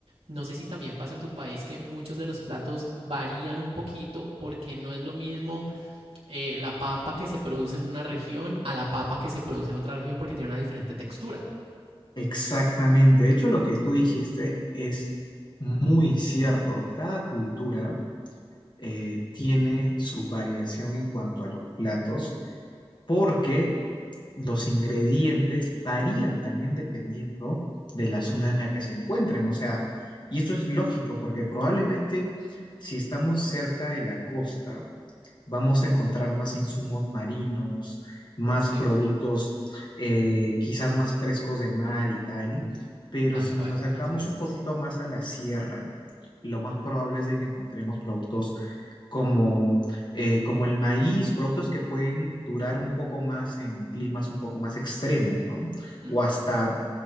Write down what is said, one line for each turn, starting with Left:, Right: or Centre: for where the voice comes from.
Right: no sé si también pasa en tu país que muchos de los platos varían un poquito porque no es lo mismo eh, la papa que se produce en una región a la papa que se produce en otra región porque tiene una diferente textura.
Left: Exactamente. De hecho, lo que tú dijiste es muy cierto. Cada cultura eh, tiene su variación en cuanto a los platos porque los ingredientes varían también dependiendo de la zona
Right: Ujú,
Left: en la que se encuentren. O sea, y esto es lógico porque probablemente si estamos cerca de la costa, vamos a encontrar más insumos marinos, más
Right: Sí,
Left: productos eh, quizás más frescos de mar y tal. Pero
Right: tal
Left: si
Right: cual,
Left: nos acercamos
Right: más frescos.
Left: un poquito más a la sierra, lo más probable es de que encontremos productos como, eh, como el maíz, productos que pueden durar un poco más en climas un poco más extremos, ¿no?
Right: Ujú,
Left: O hasta,